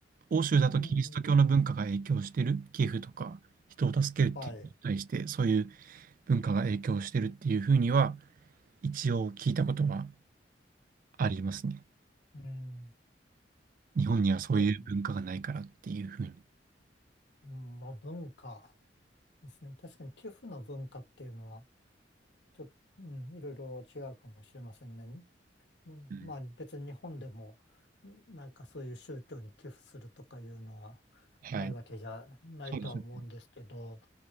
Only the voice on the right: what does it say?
欧州だとキリスト教の文化が影響してる、
寄付とか人を助けるっていうのに対して、
そういう文化が影響してるっていうふうには、一応聞いたことはありますね。
日本にはそういう文化がないからっていうふうに。
うん
はい。
そうですよね。